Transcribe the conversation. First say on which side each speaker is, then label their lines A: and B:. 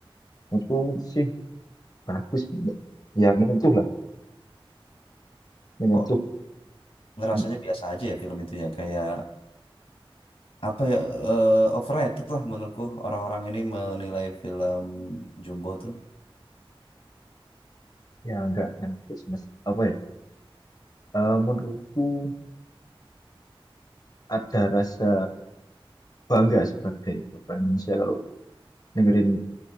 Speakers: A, on the left; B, on the left.
A: Menurutku sih bagus ya menyentuh lah menyentuh
B: Kok ngerasanya
A: Hmm,
B: biasa aja ya film itu ya? Kayak apa ya? eh, overrated lah menurutku orang-orang ini menilai film Jumbo tuh.
A: ya enggak kan terus mas apa ya Eh, menurutku ada rasa bangga sebagai orang Indonesia kalau dengerin